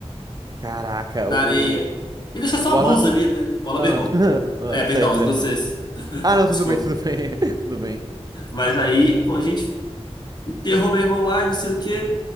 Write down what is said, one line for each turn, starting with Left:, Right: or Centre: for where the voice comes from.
Right: Caraca,
Left: na
Right: o,
Left: areia.
Right: o,
Left: E deixar só
Right: o
Left: a
Right: Alan.
Left: blusa ali, né? O Alan,
Right: Ah,
Left: meu irmão.
Right: <laughs> ah,
Left: É, perdão,
Right: certo,
Left: os
Right: certo.
Left: vocês.
Right: Ah, não,
Left: Desculpa.
Right: tudo bem, tudo bem. <laughs> Tudo bem.
Left: Mas aí, pô, a gente enterrou meu irmão lá e não sei o quê.